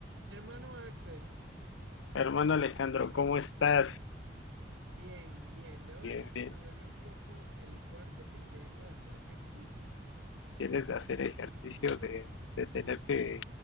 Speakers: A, on the right; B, on the left.
A: Hermano Axel,
B: Hermano Alejandro, ¿cómo estás?
A: bien, bien. Debo decir
B: Bien,
A: que
B: bien.
A: me duele un poco el cuerpo porque vengo de hacer ejercicio.
B: Tienes de hacer ejercicio de, de tener que